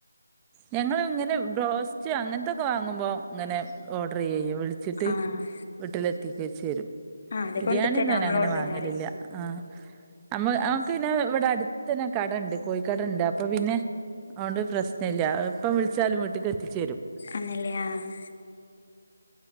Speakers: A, on the right (about 15°); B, on the left (about 45°).
A: ഞങ്ങള് ഇങ്ങനെ ബ്രോസ്റ്റ് അങ്ങനത്തൊക്കെ വാങ്ങുമ്പോ ഇങ്ങനെ ഓർഡർ ചെയ്യയും വിളിച്ചിട്ട്
B: ആഹ്
A: വീട്ടിലെത്തിക്കച്ചേരും.
B: ആഹ് അത്
A: ബിരിയാണിന്നും
B: കൊണ്ട് തരാം
A: ഞാൻ
B: നമ്മൾ
A: അങ്ങനെ
B: ഓർഡർ
A: വാങ്ങലില്ല.
B: ചെയ്താൽ മതി
A: ആഹ് നമ്മ നമുക്ക് പിന്നെ ഇവിടെ അടുത്തന്നെ കടണ്ട്. കോഴിക്കടണ്ട് അ അപ്പൊ പിന്നെ അഓണ്ട് പ്രശ്നല്ല എപ്പം വിളിച്ചാലും വീട്ടിക്ക് എത്തിച്ചേരും.
B: ആണല്ലേ ആഹ്